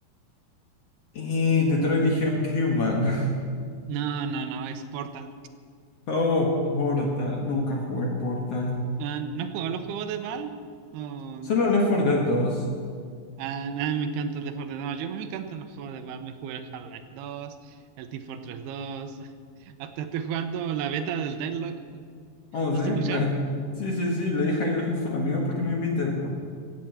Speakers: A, on the left (about 50°); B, on the right (about 80°).
A: Eh, Detroit Become Human. <laughs>
B: No, no, no, es Portal.
A: Oh, Portal. Nunca jugué Portal.
B: Ah, ¿no has jugado los juegos de Valve? o
A: Solo Left 4 Dead dos.
B: Ah, nada, me encanta el de Fortnite. No, yo me encantan los juegos de Valve. Me jugué el Half-Life dos el Team Fortress dos <laughs> Hasta estoy jugando la beta del Deadlock. ¿Lo
A: Oh, sí,
B: has escuchado?
A: me. Sí, sí, sí. Le dije ayer justo a un amigo para que me invite pero.